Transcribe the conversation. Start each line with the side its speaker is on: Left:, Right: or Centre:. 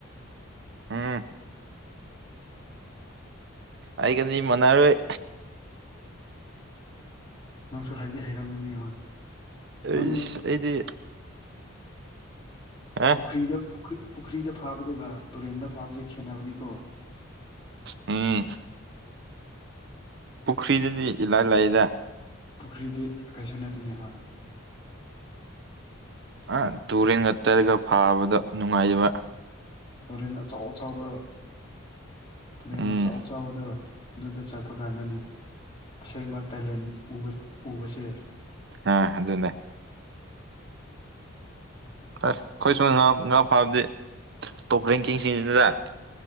Right: ꯎꯝ ꯑꯩ ꯀꯅꯤ ꯃꯅꯥꯔꯣꯏ
Left: ꯅꯪꯁꯨ ꯍꯥꯏꯗꯤ ꯍꯩꯔꯝꯒꯅꯤ ꯍꯣꯏ
Right: ꯑꯩ
Left: ꯅꯪ
Right: ꯑꯩꯗꯤ ꯑ
Left: ꯄꯨꯈ꯭ꯔꯤꯗ ꯄꯨꯈ꯭ꯔꯤꯗ ꯐꯥꯕꯗꯨꯒ ꯇꯨꯔꯦꯜꯗ ꯐꯥꯕꯁꯦ ꯈꯦꯠꯅꯕꯅꯤꯀꯣ
Right: ꯎꯝ ꯄꯨꯈ꯭ꯔꯤꯗꯗꯤ ꯏꯂꯥꯏ ꯂꯥꯏꯗ
Left: ꯄꯨꯈ꯭ꯔꯤꯗꯤ ꯀꯩꯁꯨꯅ ꯇꯅꯦ ꯍꯣꯏ
Right: ꯑ ꯇꯨꯔꯦꯟ ꯉꯛꯇꯔꯒ ꯐꯥꯕꯗꯣ ꯅꯨꯡꯉꯥꯏꯕ
Left: ꯇꯨꯔꯦꯟ ꯑꯆꯥꯎ ꯑꯆꯕ ꯇꯨꯔꯦꯟ
Right: ꯎꯝ
Left: ꯑꯆꯥꯎ ꯑ ꯆꯥꯎꯕꯗ ꯑꯗꯨꯗ ꯆꯠꯄ ꯀꯥꯟꯗꯅꯤ ꯑꯁꯦꯡꯕ ꯇꯥꯏꯂꯦꯟ ꯎꯕꯁꯦ
Right: ꯑꯥ ꯑꯗꯨꯗ ꯑꯁ ꯑꯩꯈꯣꯏ ꯁꯨꯝ ꯉꯥ ꯉꯥ ꯐꯥꯕꯗꯤ ꯇꯣꯞ ꯔꯦꯡꯀꯤꯡꯁꯤꯅꯤꯗꯗ